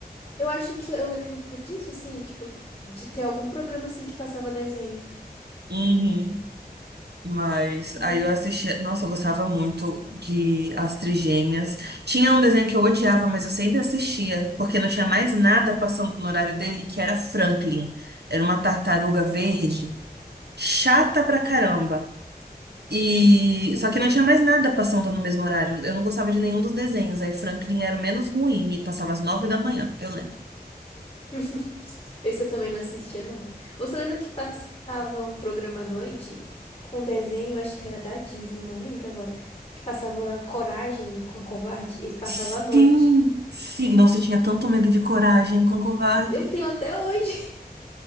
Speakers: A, on the left (about 35°); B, on the right (about 80°).
A: eu acho que eu lembro disso, assim, tipo, de ter algum programa assim que passava desenho.
B: Uhum. Mas
A: Nossa.
B: aí eu assistia. Nossa, eu gostava muito de As Trigêmeas. Tinha um desenho que eu odiava, mas eu sempre assistia, porque não tinha mais nada passando no horário dele, que era Franklin. Era uma tartaruga verde, chata pra caramba. E
A: Uhum. uhum.
B: só que não tinha mais nada passando no mesmo horário. Eu não gostava de nenhum dos desenhos. Aí Franklin era o menos ruim e passava às nove da manhã, eu lembro.
A: <laughs> Esse eu também não assistia, não. Você lembra que passava um programa à noite com desenho, acho que era da Disney, eu não lembro agora, que passava Coragem com o Covarde? Ele passava
B: Sim,
A: à noite.
B: sim. Nossa, eu tinha tanto medo de coragem com covarde.
A: Eu tenho até hoje.